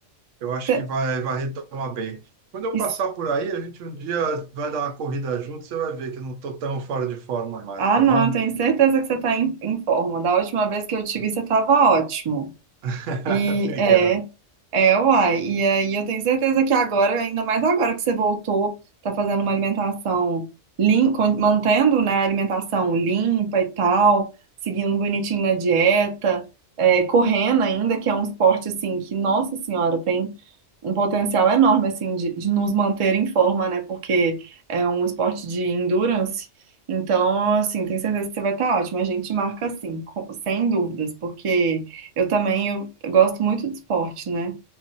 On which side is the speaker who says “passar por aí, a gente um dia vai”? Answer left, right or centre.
Right